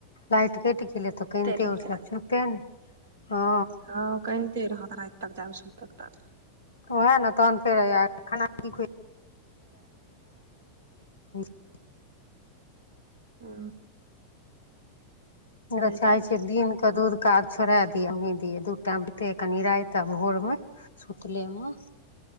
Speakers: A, on the left; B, on the right.
A: लाइट कटी गेलै तऽ कनिते
B: रहि
A: उठलै
B: जायत
A: चुपे हँ
B: हँ कनिते रहत राति तक जाबैत सुतत ता
A: ओह नऽ तन फेर खाना की <unintelligible>
B: हू
A: हम तऽ चाहै
B: जाइ छै
A: छीयइ दिनक दूध कऽ आब छोड़ा दिय नहि दिय दू टाम बिते कनि राइत आ भोर मे सुतले मे